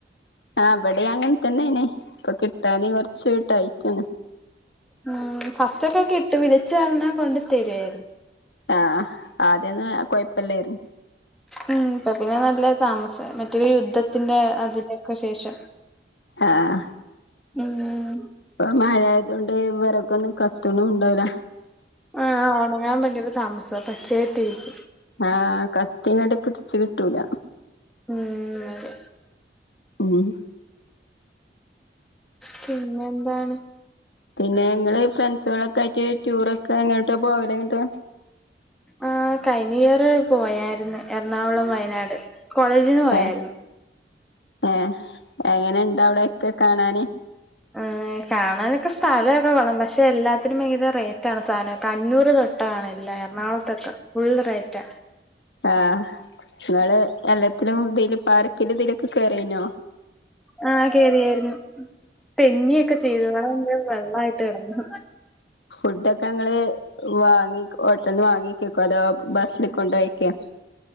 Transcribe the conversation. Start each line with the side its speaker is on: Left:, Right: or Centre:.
Left: ആ ഇവിടെ അങ്ങനെ തന്നെന് ഇപ്പൊ കിട്ടാന് കൊറച്ച് ടൈറ്റാണ്
Centre: ഉം ഫസ്റ്റ്ക്കെ കെട്ടു വിളച്ച് പറഞ്ഞാൽ കൊണ്ട് തരുആയിരുന്നു
Left: ആഹ് ആദ്യന്ന് കുഴപ്പില്ലായിരുന്നു.
Centre: ഉം ഇ പിന്നെ നല്ല താമസ മറ്റൊരു യുദ്ധത്തിന്റെ അതിഥിക്ക ശേഷം
Left: ആഹ്
Centre: ഉം
Left: ഇപ്പൊ മഴ ആയതൊണ്ട് വിറക്കാ ഒന്നും കത്തണും ഉണ്ടാവില്ല
Centre: ആഹ് ഓണ ഞാൻ ഭയങ്കര താമസം പച്ചയട്ടിരിക്കും.
Left: ആഹ് കത്തിങട് പിടിച്ച കിട്ടൂല.
Centre: ഉം അതെ
Left: ഉം
Centre: പിന്നെ എന്താണ്
Left: പിന്നെ ങ്ങള് ഫ്രണ്ട്സുകളൊക്കെ ആയിട്ട് ടൂറൊക്കെ എങ്ങോട്ട് പോവലങ്ങനട്ട്.
Centre: ആ കൈനിയറ് പോയായിരുന്നു എറണാകുളം, വയനാട്. കോളേജിൽ നിന്ന് പോയാരുന്നു.
Left: ഏഹ് ഏഹ് എങ്ങനെണ്ട് അവിടെക്കെ കാണാന്
Centre: ഏ് കാണാനൊക്കെ സ്ഥലമൊക്കെ വള്ളണം പക്ഷെ എല്ലാത്തിനും ഭയങ്കര റേറ്റ ആണ് സാധനംതിനോക്കെ അഞ്ഞൂറ് തൊട്ട് ട്ട ആണ്ല്ല എറണാകുളത്തൊക്കെ ഫുള്ള് റയറ്റ്
Left: ആഹ് നിങ്ങള് എല്ലാത്തിലും ഇതില് പാർക്കിലും ഇതിലൊക്കെ കയറിനോ
Centre: ആഹ് കേറിയായിരുന്നു തെന്നിയൊക്കെ ചെയ്തു വെള്ളമായിട്ട് കിടന്നു.
Left: ഫുഡൊക്കെ ങ്ങള് വാങ്ങി ഓട്ടൽന്ന് വാങ്ങിക്കക്ക അതോ ബസ്സൽ കൊണ്ടോയിക്കാ